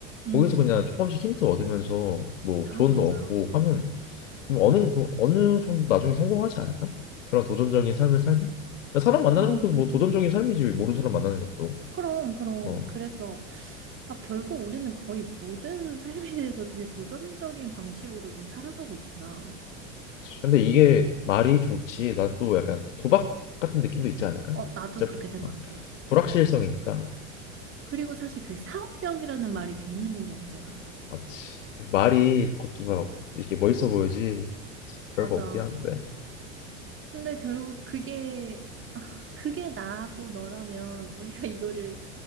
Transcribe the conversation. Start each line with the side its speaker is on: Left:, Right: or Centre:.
Right: 음,
Left: 거기서 그냥 조금씩 힌트 얻으면서 뭐
Right: 아,
Left: 조언도
Right: 맞아.
Left: 얻고 하면 뭐 어느 어느 정도 나중에 성공하지 않을까? 그런 도전적인 삶을 살면 사람 만나는
Right: 어,
Left: 것도
Right: 나
Left: 뭐 도전적인 삶이지 모르는 사람 만나는 것도.
Right: 아, 그럼, 그럼.
Left: 어.
Right: 그래서, 아, 결국 우리는 거의 모든 삶에 대해서 되게 도전적인 방식으로 좀 살아가고 있구나.
Left: 근데 이게 말이 좋지 나 또 약간 도박 같은 느낌도 있지 않을까?
Right: 어, 나도
Left: 진짜
Right: 그렇게
Left: 불-
Right: 생각해.
Left: 어, 불확실성이니까
Right: 그리고 사실 그 사업병이라는 말이 괜히 있는 게 아니잖아.
Left: 맞지 그 말이 겉 뭐 이렇게 멋있어 보이지 별거
Right: 맞아.
Left: 없긴 한데
Right: 근데 결국 그게, 그게 나하고 너라면 우리가 <laughs> 이거를